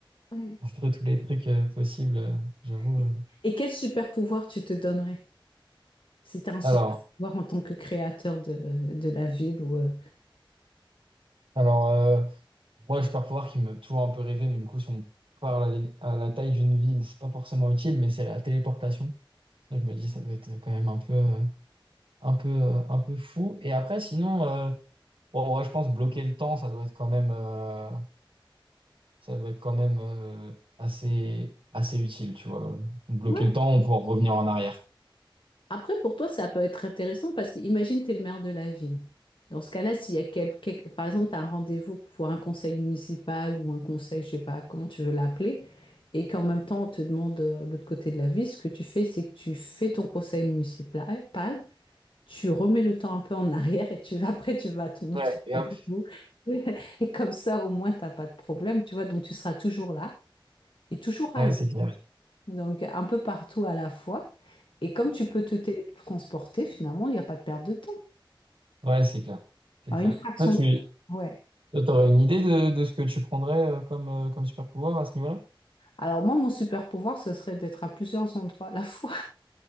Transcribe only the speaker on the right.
entre tous les trucs euh, possibles, euh, j'avoue.
euh.
Alors,
Alors, euh, moi, j'ai super pouvoir qui me toujours un peu rêver, mais du coup, si on parle à la à la taille d'une ville, c'est pas forcément utile, mais c'est la téléportation. Ça, je me dis, ça doit être quand même un peu, euh, un peu, euh, un peu fou. Et après, sinon, euh, bon, en vrai, je pense bloquer le temps, ça doit être quand même, euh, ça doit être quand même euh, assez, assez utile, tu vois. Bloquer
le temps, on pourra revenir en arrière.
Ouais, et
hop.
Ouais,
c'est clair.
Ouais, c'est clair. C'est
clair.
Toi, tu
aurais une idée de, de ce que tu prendrais euh, comme, euh, comme super pouvoir à ce niveau-là?